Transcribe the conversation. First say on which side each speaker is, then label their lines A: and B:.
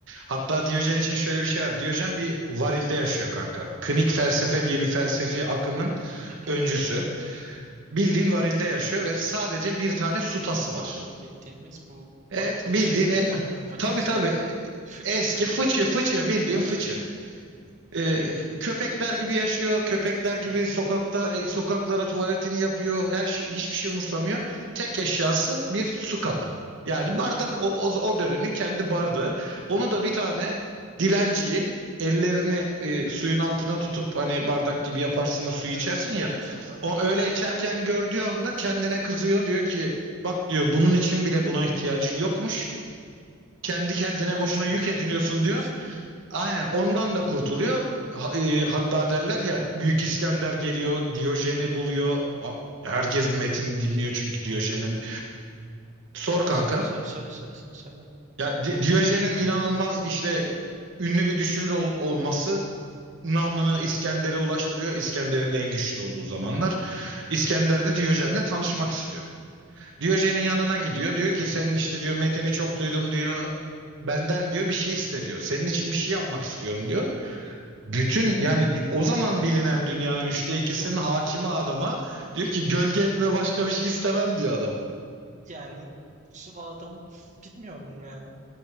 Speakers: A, on the right; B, on the right.
A: hatta Diyojen için şöyle bir şey var. Diyojen bir varilde yaşıyor kanka. Klinik felsefe diye bir felsefi akımın
B: Hı hı.
A: öncüsü. Bildiğin varilde yaşıyor ve sadece bir tane su tası
B: Varil
A: var.
B: bildiğimiz bu
A: Evet
B: alkol
A: bildiğin
B: şeyleri
A: e,
B: falan değil mi? Bildiğimiz
A: tabii tabii
B: varilin. Fıç
A: Eski
B: biranın.
A: fıçı fıçı bildiğin
B: Ha,
A: fıçı.
B: fıçı.
A: Ee, köpekler gibi yaşıyor. Köpekler gibi
B: Hı hı.
A: sokakta e, sokaklara tuvaletini yapıyor. Her şey hiçbir şey umursamıyor. Tek eşyası bir su kabı. Yani bardak o, o, o dönemin kendi bardağı. Onu da bir tane dilenciyi ellerini e, suyun altına tutup hani bardak gibi yaparsın da
B: Evet
A: suyu içersin
B: evet
A: ya.
B: evet. Hı hı.
A: O öyle içerken gördüğü anda kendine kızıyor. Diyor ki bak diyor bunun için bile buna ihtiyacın yokmuş. Kendi kendine
B: Ha,
A: boşuna
B: kendi
A: yük
B: kendine
A: ediniyorsun
B: itebiliyorsun.
A: diyor aynen ondan da kurtuluyor. Ha- e, hatta derler ya Büyük İskender geliyor, Diyojen'i buluyor. A- Herkes Metin dinliyor çünkü
B: Bu
A: Diyojen'in. Sor
B: ben
A: kanka.
B: söyle söyle söyle söyle sen söyle.
A: Ya Di- Diyojen'in inanılmaz işte ünlü bir düşünür ol- olması namını İskender'e ulaştırıyor. İskender'in de en güçlü olduğu zamanlar. İskender de Diyojen'le tanışmak istiyor. Diyojen'in yanına gidiyor. Diyor ki
B: Hı
A: senin işte diyor Metin'i çok duydum diyor. Benden diyor bir şey iste diyor. Senin için bir şey yapmak istiyorum diyor. Bütün yani dü- o zaman bilinen dünyanın üçte ikisinin
B: Bu
A: hakimi adama diyor ki gölge etme başka bir şey istemem diyor adam.
B: yani şu adam bilmiyorum ya.